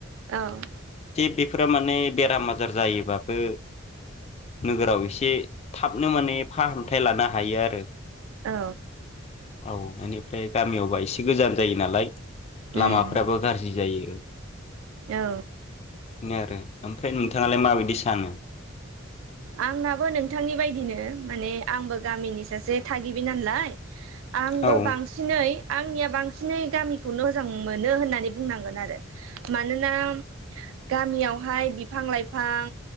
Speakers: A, on the right; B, on the left.
A: औ
B: बेफोर माने बेराम आजार जायोबाबो नोगोराव ए थाबनो माने फाहामथाय लानो हायो आरो
A: औ
B: औ बेनिफ्राय गामियावबा एसे गोजान जायो नालाय
A: उम
B: लामाफ्राबो गाज्रि जायो
A: औ
B: नो आरो ओमफ्राय नोंथाङालाय माबायदि सानो
A: आंनाबो नोंथांनि बायदिनो माने आंबो गामिनि सासे थागिबि नालाय आंबो
B: औ-औ-औ-औ-औ-औ-औ-औ
A: बांसिनै आंनिया बांसिनै गामिखौ मोजां मोनो होननानै बुंनांगोन आरो मानोना गामियावहाय बिफां लाइफां